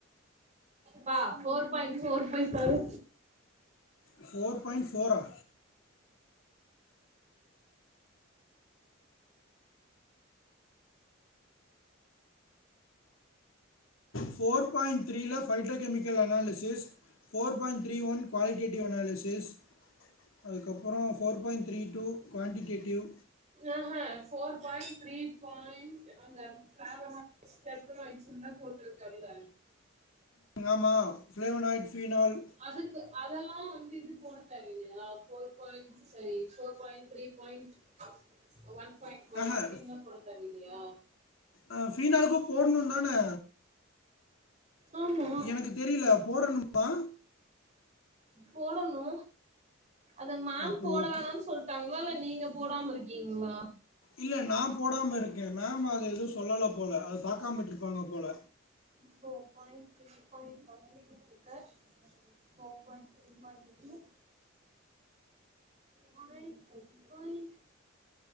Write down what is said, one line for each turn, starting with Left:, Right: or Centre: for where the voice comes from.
Right: பா ஃபோர் பாயிண்ட் ஃபோர் <inaudible> பாரு
Left: ஃபோர் பாயிண்ட் ஃபோர் ஆ ஃபோர் பாயிண்ட் த்ரீல phytochemical analysis four point three one qualitative analysis அதுக்கப்புறோ four point three two quantitative
Right: அஹா ஃபோர் பாயிண்ட் த்ரீ பாயி்ண்ட் அந்த ஃபாரகா <unintelligible> வெச்சுன்லா போட்டுருக்கல
Left: ஆமா ஃபிளேவுனோய்ட் ஃபீனால்
Right: அதுக்கு அதெல்லா வந்து இது போட தேவ இல்லையா ஃபோர் பாயி் சரி four point three point one point one
Left: ஆஹா
Right: அப்டின்ல்லா போட தேவ இல்லையா
Left: அ ஃபீ நாக்கு போட்ணு தானே
Right: ஆமா
Left: எனக்கு தெரியல போடணுமா
Right: போடணு அத மேம்
Left: அப்போ
Right: போட
Left: ஓகே
Right: வேணானு சொல் டாங்ளோ இல்ல நீங்க போடாம இருக்கீங்களா
Left: இல்ல நா போடாம இருக்கே மேம் அத எதுவு சொல்லல போல அத பாக்காம விட்ருபாங்க போல
Right: ஃபோர் பாயிண்ட் த்ரி பாயிண்ட் <unintelligible> இருக்கு four point three minus point three point